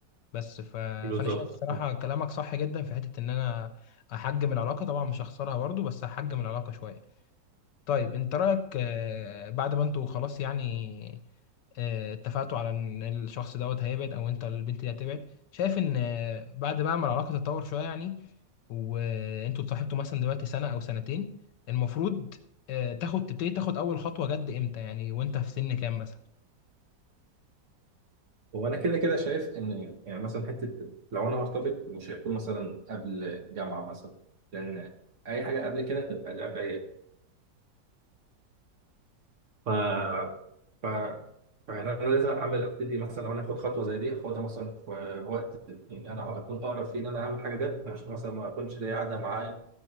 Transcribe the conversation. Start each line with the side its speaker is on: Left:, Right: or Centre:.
Left: بس ف...
Right: بالظبط
Left: فانا شايف الصراحه
Right: اه
Left: كلامك صح جدا في حته ان انا احجم العلاقه طبعا مش هخسرها برضه بس هحجم العلاقه شويه طيب انت رايك آه، بعد ما انتوا خلاص يعني آه، اتفقتوا على ان الشخص دوت هيبعد او انت البنت دي هتبعد شايف ان آه، بعد بقى ما العلاقه تتطور شويه يعني وانتوا اتصاحبتوا مثلا دلوقتي سنه او سنتين المفروض آه، تاخد تبتدي تاخد اول خطوه جد امتى يعني وانت في سن كام مثلا
Right: وانا كده كده شايف ان يعني مثلا حته لو انا هرتبط مش هيكون مثلا قبل جامعه مثلا لان اي حاجه قبل كده تبقى لعب عيال ف... فانا لازم اعمل ابتدي مثلا لو انا اخد خطوه زي دي اخدها مثلا في وقت يعني انا اكون اقرب فيه ان انا اعمل حاجه جد عشان مثلا ما اكونش ليا قاعده معايا